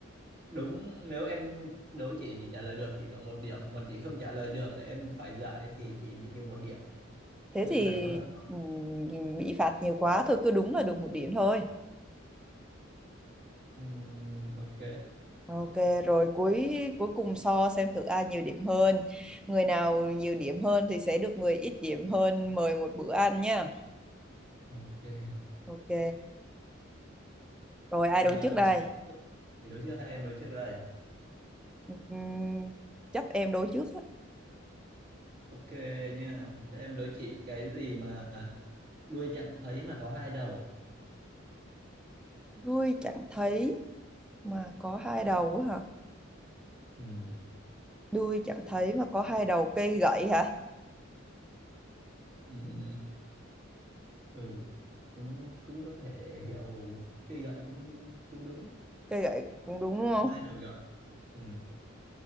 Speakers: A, on the right (about 50°); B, in the centre.
A: đúng nếu em đố chị chỉ trả lời được chỉ có một điểm, còn chị không trả lời được để em phải giải thì chị bị trừ một điểm.
B: thế
A: Chơi
B: thì
A: phải có
B: ừ, bị phạt nhiều quá thôi cứ đúng là được một điểm thôi
A: ừ, ok
B: ok rồi cuối cuối cùng so xem thử ai nhiều điểm hơn người nào nhiều điểm hơn thì sẽ được người ít điểm hơn mời một bữa ăn nha
A: ok.
B: ok rồi ai
A: À,
B: đấu trước đây
A: chị, chị đối trước hay em đối trước đây?
B: Ừm, chấp em đấu trước á.
A: Ok nha. Thế em đối chị cái gì mà đuôi chẳng thấy mà có hai đầu
B: Đuôi chẳng thấy mà có hai đầu á hả?
A: ừ.
B: Đuôi chẳng thấy mà có hai đầu cây gậy hả?
A: Ừ. ừ. ừ. Ừ, cũng cũng có thể hiểu cây gậy cũng cũng đúng
B: Cây gậy cũng đúng đúng không?
A: hai đầu gậy ừ.